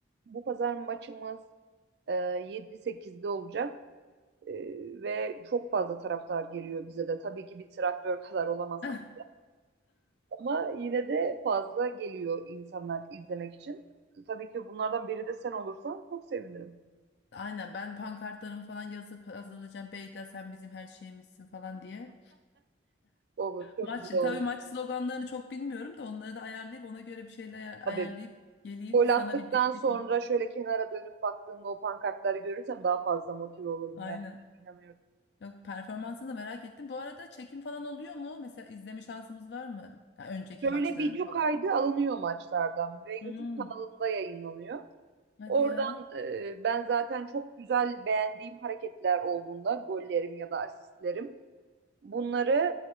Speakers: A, on the right (about 60°); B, on the left (about 60°).
A: Bu pazar maçımız e, 7-8'de olacak E, ve çok fazla taraftar geliyor bize de. Tabii ki bir traktör kadar olamasak
B: <laughs>
A: ama yine de fazla geliyor insanlar izlemek için. Tabii ki bunlardan biri de sen olursan çok sevinirim.
B: Aynen ben pankartlarımı falan yazıp hazırlayacağım. Beyda sen bizim her şeyimizsin falan diye.
A: Olur, çok
B: Maç
A: güzel olur.
B: tabii maç sloganlarını çok bilmiyorum da onları da ayarlayıp ona göre bir şeyler ayar-
A: Tabii
B: ayarlayıp geleyim.
A: Gol
B: Sana
A: attıktan
B: bir destek
A: sonra
B: olayım.
A: şöyle kenara dönüp baktığımda o pankartları görürsem daha fazla motive olurum
B: Aynen.
A: ben. İnanıyorum.
B: Yok performansını da merak ettim. Bu arada çekim falan oluyor mu? Mesela izleme şansımız var mı? Ya önceki
A: Şöyle
B: maçlarını
A: video
B: falan.
A: kaydı alınıyor maçlardan ve
B: Hmm,
A: YouTube kanalında yayınlanıyor.
B: hadi
A: Oradan
B: ya.
A: e, ben zaten çok güzel beğendiğim hareketler olduğunda gollerim ya da asistlerim bunları